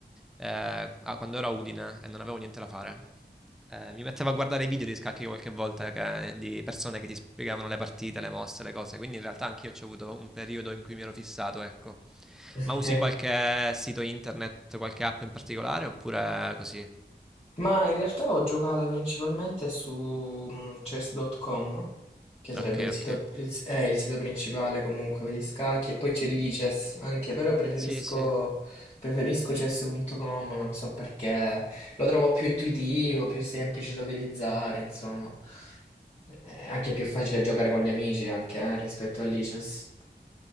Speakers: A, in the centre; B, on the left.
A: eh, ah, quando ero a Udine e non avevo niente da fare. eh, mi mettevo a guardare i video di scacchi qualche volta che- di persone che ti spiegavano le partite, le mosse, le cose. Quindi in realtà anch'io ho avuto un periodo in cui mi ero fissato, ecco.
B: ok.
A: Ma usi qualche sito internet, qualche app in particolare oppure così?
B: Ma in realtà ho giocato principalmente su mm, chess.com, che sarebbe
A: Ok,
B: il sito,
A: ok.
B: il s- è il sito principale comunque di scacchi, e poi c'è l'ICES anche, però preferisco,
A: Sì, sì.
B: preferisco chess.com, non so perché, lo trovo più intuitivo, più semplice da utilizzare, insomma, è anche più facile giocare con gli amici anche eh, rispetto all'ICES.